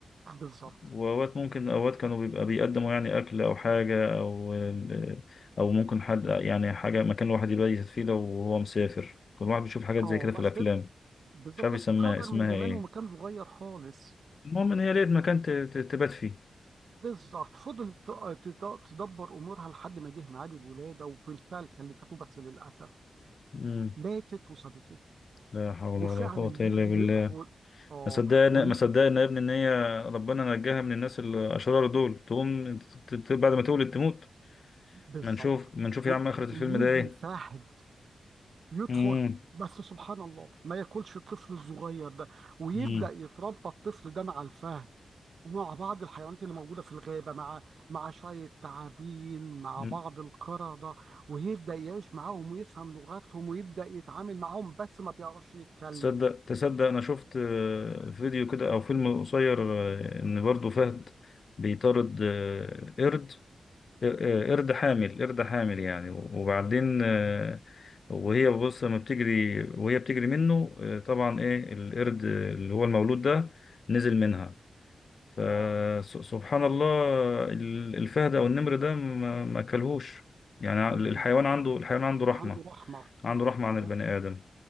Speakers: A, on the right; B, on the left.
A: بالظبط
B: وأوقات ممكن أوقات كانوا بيبقى بيقدموا يعني أكل أو حاجة أو أو ممكن حد يعني حاجة مكان الواحد يبيت فيه لو هو مسافر كل واحد بيشوف حاجات
A: اه
B: زي كده
A: بس
B: في الأفلام
A: بالظبط
B: مش عارف يسميها
A: بس اتهجر
B: اسمها
A: من زمان
B: إيه
A: ومكان صغير خالص
B: المهم إن هي لقيت مكان ت- ت- تبات فيه
A: بالظبط فضلت ت- تد- تدبر امورها لحد ما جه ميعاد الولاده وبالفعل خلفته بس للاسف
B: مم.
A: ماتت وسابته
B: لا حول
A: وفعلا
B: ولا قوة إلا
A: يجي
B: بالله
A: يدخل اه
B: ما صدقنا
A: وي-
B: ما صدقنا يا ابني إن هي ربنا نجاها من الناس الأشرار دول تقوم ت- ت- بعد ما تولد تموت
A: بالظبط
B: ما نشوف ما نشوف يا
A: و-
B: عم آخرة
A: ويجي
B: الفيلم ده إيه
A: فهد يدخل
B: مم.
A: بس سبحان الله ما ياكلش الطفل الصغير ده ويبدا
B: مم.
A: يتربى الطفل ده مع الفهد مع بعض الحيوانات اللي موجودة في الغابة مع مع شوية تعابين مع
B: مم.
A: بعض القردة ويبدأ يعيش معاهم ويفهم لغتهم ويبدأ يتعامل معاهم بس ما بيعرفش يتكلم
B: تصدق تصدق انا شفت آه، فيديو كده او فيلم قصير آه، ان برضو فهد بيطارد آه، قرد آه، آه، قرد حامل قرد حامل يعني وبعدين آه، وهي بص لما بتجري وهي بتجري منه آه، طبعا ايه القرد اللي هو المولود ده نزل منها فسبحان
A: واو
B: الله
A: ياه.
B: ال- الفهد او النمر ده ما ما اكلهوش يعني
A: مهم.
B: الحيوان عنده الحيوان عنده رحمة
A: عنده رحمة
B: عنده رحمة
A: بجد.
B: عن البني آدم